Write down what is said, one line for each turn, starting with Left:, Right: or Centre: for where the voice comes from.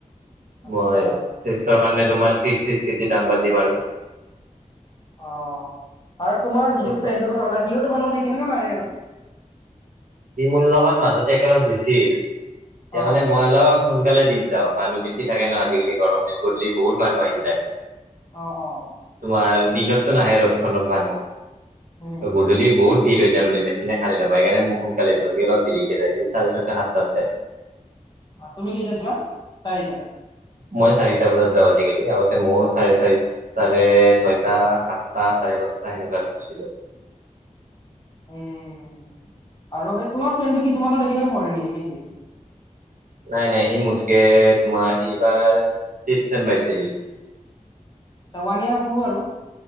Left: আচ্ছা
Right: মই স্টেৰ কাৰণে তোমাৰ ত্ৰিশ ত্ৰিশ কেজি দাম্বেল দি মাৰো।
Left: অ', আৰু তোমাৰ যিটো
Right: চব
Left: ফ্ৰেণ্ডৰ কথা ক'লে সিও তোমাৰ লগত একে লগে মাৰে আৰু
Right: কি মোৰলগত মাজতে একেলগে গৈছিল এতিয়া
Left: অ
Right: মানে মই অ', সোনকালে জিম যাওঁ মানুহ বেছি থাকে ন আজিকালি গৰম দিন গধূলি বহুত মানুহ আহি যায়।
Left: অ', অ'।
Right: তোমাৰ দিনতটো নাহে ৰ'দ খনত মানুহ
Left: উম
Right: গধূলি বহুত ভিৰ হৈ যায় মানে মেচিনে খালি নাপায় সেইকাৰণে মই সোনকালে যায় সি অলপ দেৰিকে যায় চাৰে ছটা সাতটাত যায়।
Left: তুমি কেইটাত যোৱা চাৰিটাত।
Right: মই চাৰিটা বজাত যাওঁ আজিকালি আগতে ময়ও চাৰে চাৰি চাৰে ছয়টা সাতটা চাৰে পাঁচটা সেনেকুৱাত গৈছিলোঁ।
Left: উম, আৰু এই তোমাৰ ফ্ৰেণ্ডটো কি তোমাৰত একেলগে পঢ়ে নেকি নেকি?
Right: নাই নাই হি মোতকে তোমাৰ সি এইবাৰ ছিক্স ছেম পাইছে সি।
Left: আচ্ছা ওৱান এয়ৰ সৰু আৰু।